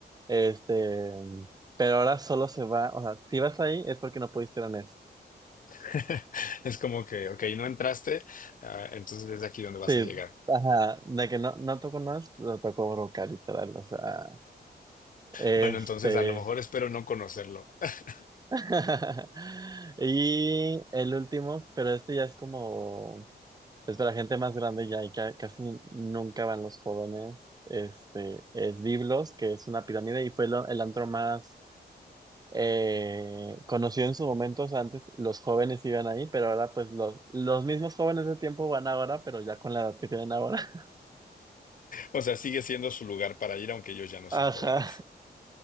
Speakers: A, on the right; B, on the left.
A: Este, pero ahora solo se va, o sea, si vas ahí es porque no pudiste ir a Nest.
B: <laughs> Es como que, ok, no entraste, ah, entonces es aquí donde vas
A: Sí,
B: a llegar.
A: ajá, de que no, no tocó Nest, lo tocó Broca, literal, o sea. Este.
B: Bueno, entonces a lo mejor espero no conocerlo. <laughs>
A: <laughs> Y el último, pero este ya es como, pues para gente más grande ya y ca- casi nunca van los jóvenes. Este es Biblos, que es una pirámide y fue lo- el antro más eh, conocido en su momento. O sea, antes los jóvenes iban ahí, pero ahora pues los, los mismos jóvenes de tiempo van ahora, pero ya con la edad que tienen ahora.
B: O sea, sigue siendo su lugar para ir, aunque ellos
A: <laughs>
B: ya no son
A: Ajá.
B: jóvenes.